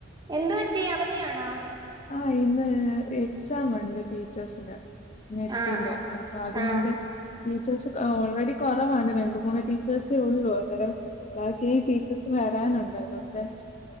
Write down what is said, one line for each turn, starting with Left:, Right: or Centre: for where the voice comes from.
Right: എന്തു പറ്റി അവധിയാണാ
Left: ആ ഇന്ന് എക്സാം ഉണ്ട് ടീച്ചേഴ്സിന് നെറ്റിന്റെ
Right: ആഹ് ആഹ്
Left: അപ്പൊ അതുകൊണ്ട്
Right: ആഹ്
Left: ഫീച്ചേഴസ് ഓൾറെഡി കൊറവാണ്- രണ്ട് മൂന്ന് ടീച്ചേഴ്സേ ഉള്ളു അങ്ങരം ബാക്കി ടീച്ചേഴസ് വരാനുണ്ട് അതുകൊണ്ട്